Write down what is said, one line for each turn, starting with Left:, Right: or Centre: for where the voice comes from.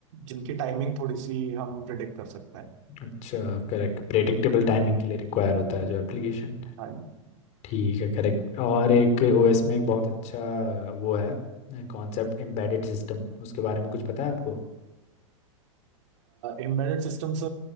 Right: जिनकी टाइमिंग थोड़ी सी हम प्रिडिक्ट कर सकते हैं
Left: अच्छा करेक्ट प्रेडिक्टेबल टाइमिंग के लिए रिक्वायर होता है जो एप्लीकेशन
Right: हाँ जी
Left: ठीक है करेक्ट और एक ओएस में एक बहुत अच्छा वो है कॉन्सेप्ट एम्बेडेड सिस्टम उसके बारे में कुछ पता है आपको
Right: एम्बेडेड सिस्टम्स